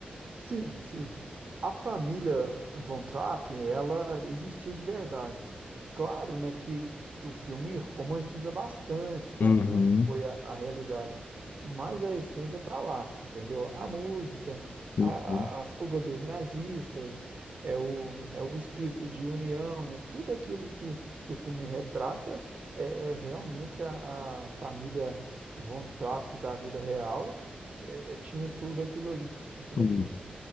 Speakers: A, on the right; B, on the left.
A: Sim, sim. A família Von Trapp, ela existiu de verdade. Claro, né, que, que o filme romantiza bastante como,
B: Uhum,
A: como foi a, a realidade, mas a essência tá lá, entendeu? A música,
B: uhum,
A: a, a, a fuga dos nazistas, é o, é o espírito de união, né? Tudo aquilo que, que o filme retrata é, é realmente a, a família Von Trapp da vida real, é- é- tinha tudo aquilo ali, tinha tudo
B: uhum.
A: aquilo.